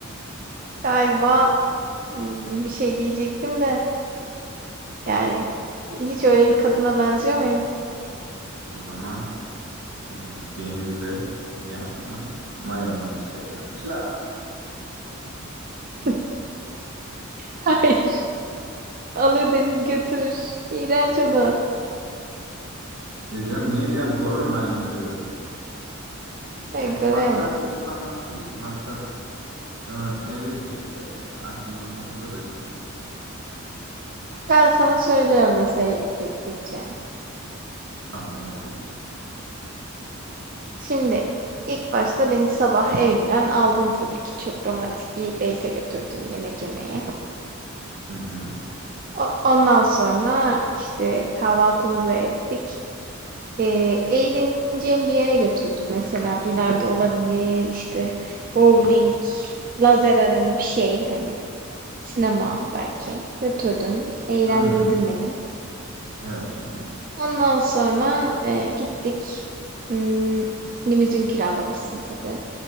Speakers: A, on the right; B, on the right.
A: galiba hmm, bir şey diyecektim de yani hiç öyle bir kadına benziyor muyum?
B: O zaman Ee, denizde bir yandan <laughs> mayomdan çıkaracağım. Şila.
A: <laughs> Hayır. Alır deniz götürür. İğrenç o da.
B: Ya canım niye canım korurum ben yüzüğü.
A: Hayır
B: Hem
A: koruyamazsın.
B: maksat yüzük almak değil ki. Maksat sana evlilik teklif etmek. Aşkımızı sonsuza taşımak.
A: Ben sana söylüyorum nasıl evlilik teklif edeceğini.
B: Tamam not alayım.
A: Şimdi ilk başta beni sabah evimden aldın tabii ki. Çok romantik bir date'e götürdün yemek yemeye.
B: Hı hı.
A: O- ondan sonra işte kahvaltımızı ettik. Ee, eğleneceğim bir yere götürdüm. Mesela bilardo olabilir, işte bowling, lazer arena bir şey hani sinema belki. Götürdün, eğlendirdin
B: Hı hı.
A: beni.
B: Evet canım.
A: Ondan sonra e, gittik. Hmm, limuzin kiralamışsın tabii.